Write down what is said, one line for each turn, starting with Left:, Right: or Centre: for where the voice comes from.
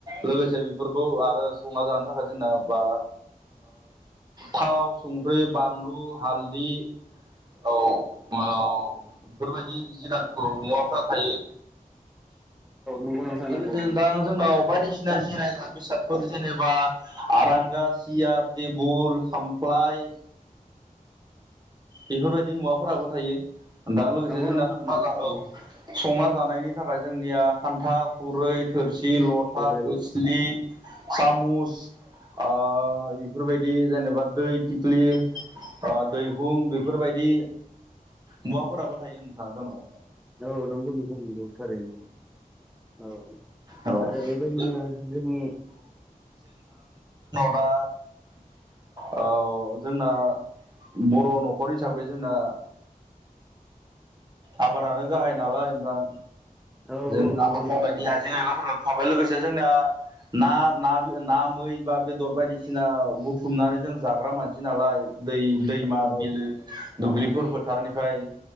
Right: लोगोसे बेफोरखौ आरो जंना जानो थाखाय जोंना बा थाव, संख्रि, बानलु, हालदि औ औ। बेफोरबायदि जिरादखौ मुवाफोरा थायो।
Centre: नंगौ नोंथां
Right: लोगोसे
Centre: नंगौ
Right: नोंथां
Centre: नंगौ
Right: जोंनाव बायदिसिना जिरायग्रा बेसादफोर जेनेबा आरांगा सियार तेबुल क्लाइ बेफोरबायदि मुवाफोराबो थायो दा लोगोसे
Centre: नंगौ
Right: जोंना
Centre: नोंथां
Right: संना
Centre: नंगौ नंगौ
Right: औ संना जानायनि थाखाय जोंनिया खान्था खुरै थोर सि, लथा,
Centre: ओरै
Right: खोस्लि, सामुस ओ बेफोरबायदि जेनेबा दै थिख्लि ओ दै <unintelligible> बेफोरबायदि मुवाफोराबो थायो नोंथां जोंनाव
Centre: औ नंगौ नोंथां नंगौ थारैनो औ
Right: औ औ
Centre: आरो बेबायदिनो जोंनि
Right: बा ओ जोंना बर' न'खर हिसाबै जोंना आबादानो गाहाय नालाय नोंथां
Centre: औ
Right: जों
Centre: औ नंगौ
Right: आबाद मावनायनि
Centre: नोंथां
Right: आइजें आइलाफोरा थाबाय लोगोसे जोंना ना ना ना मै बा बेदर बायदिसिना बुथुमनानै जों जाग्रा मानसि नालाय दै दैमा
Centre: औ औ
Right: बिलो दुब्लिफोर फोथारनिफ्राय